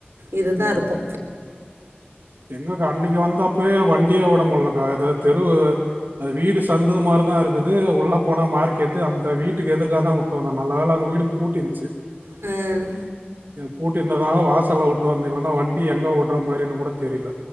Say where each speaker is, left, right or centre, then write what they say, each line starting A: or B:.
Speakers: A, on the right (about 75°); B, on the right (about 55°).
A: இதுதா
B: ம்.
A: இருக்கு
B: எங்கக்கா அன்னைக்கு வந்தாப்பயே வண்டியே வுட முடியலக்கா ஏதா தெரு அது வீடு சந்துல மாரிதா இருக்குது உள்ள போனா மார்க்கெட்டு அந்த வீட்டுக்கு எதிர்க்காதா வுட்டு வந்தோ நல்ல வேல அவுங்க வீடு பூட்டிருந்ச்சு
A: ம்
B: பூட்டிருந்ததுனால வாசல்ல வுட்டு வந்த இல்லனா வண்டி எங்க உடற மாரினு கூட தெரில